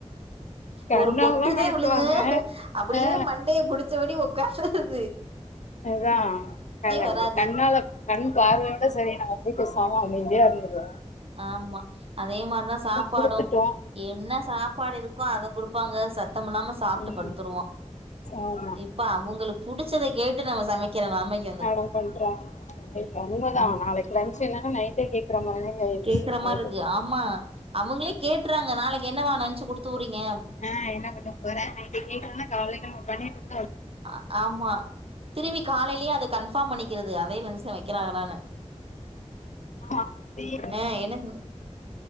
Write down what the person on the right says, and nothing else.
ஒரு கொட்டுதே
விழுகு அப்டியே
மண்டய பிடிச்ச படி ஒக் <unintelligible> து
வராது
ஆமா அதே மார் தா சாப்பாடு
என்ன சாப்பாடு இருக் கோ அத குடுப்பாங்க சத்தம்மில்லாம சாப்ட்டு
படுத்திருவோ
இப் ப அவங்களுக்கு புடிச்சத கேட்டு நம்ம சமைக்கிற நெலமைக்கு வந்
ம்
கேக்கிற மார்ருக்கு
ஆமா அவங்களே கேட்றாங்க நாளைக்கு என்ன மா லஞ்ச் குடுத்து உட்றீங்க
ஆ ஆமா திரும்பி காலையியே அது கன்ஃப் பார்ம் பண்ணிக்கிறது அதே லஞ்ச்சுதா வைக்கிறாங்களான்னு
ஆ எனக்கு